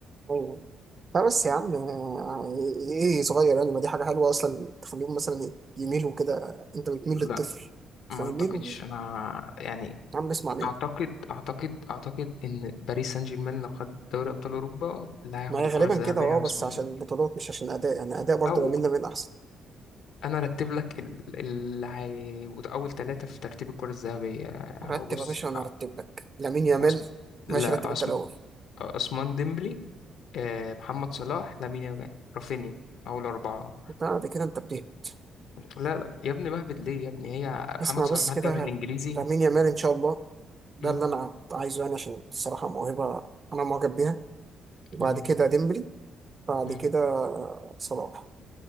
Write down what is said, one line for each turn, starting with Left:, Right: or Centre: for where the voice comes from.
Right: أيوة. لا بس يا عم آه، إيه صغير يعني ما دي حاجة حلوة أصلا تخليهم مثلا يميلوا كده أنت بتميل
Left: لا
Right: للطفل فيميلوا
Left: ما اعتقدش انا يعني
Right: يا عم اسمع مني
Left: اعتقد اعتقد اعتقد ان باريس سان جيرمان لو خد دوري ابطال اوروبا اللي هياخد
Right: ما هي
Left: الكره
Right: غالبا
Left: الذهبيه
Right: كده أه
Left: عثمان
Right: بس عشان
Left: ديمبلي
Right: بطولات مش عشان أداء يعني أداء برضه
Left: او أو
Right: لامين يامال أحسن
Left: انا ارتب لك ال- اللي هيبقوا اول ثلاثه في ترتيب الكره الذهبيه هو
Right: رتب
Left: بص
Right: يا باشا وانا هرتب لك لامين يامال
Left: عثم... لا
Right: ماشي رتب
Left: عثم...
Right: انت الاول
Left: عثمان ديمبلي آه، محمد صلاح لامين يامال رافينيا اول اربعه
Right: بعد كده انت بتهبط
Left: لا لا يا ابني بهبد ليه يا ابني هي محمد
Right: اسمع
Left: صلاح
Right: بس
Left: مع
Right: كده
Left: الدوري الانجليزي
Right: لامين يامال ان شاء الله ده
Left: مم،
Right: اللي انا عايزه يعني عشان الصراحه موهبه انا معجب بيها وبعد
Left: مم،
Right: كده ديمبلي بعد
Left: مم.
Right: كده صلاح